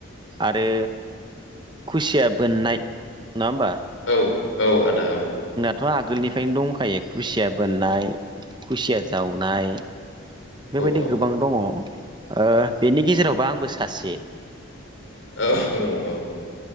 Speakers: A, on the right (about 20°); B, on the left (about 75°).
A: आरो खुसिया बोननाय नङा होमबा?
B: उम औ आदा औ
A: थ आगोलनिफ्रायनो दंखायो खुसिया बोननाय खुसिया जावनाय बेबायदि
B: औ
A: गोबां दङ, ओ बेनि गेजेरावबो आंबो सा सासे
B: औ-औ-औ